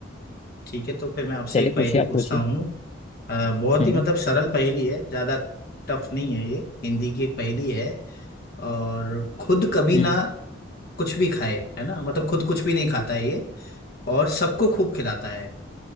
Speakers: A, on the left (about 50°); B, on the left (about 30°).
A: ठीक है तो फिर मैं आपसे
B: चलिए
A: एक पहेली
B: पूछिए आप
A: पूछता
B: पूछिए
A: हूँ अ, बहुत
B: हम्म
A: ही मतलब सरल पहेली है ज्यादा टफ नहीं है ये हिंदी की एक पहेली है और खुद कभी
B: हम्म
A: ना कुछ भी खाए है ना मतलब खुद कुछ भी नहीं खाता है ये और सबको खूब खिलाता है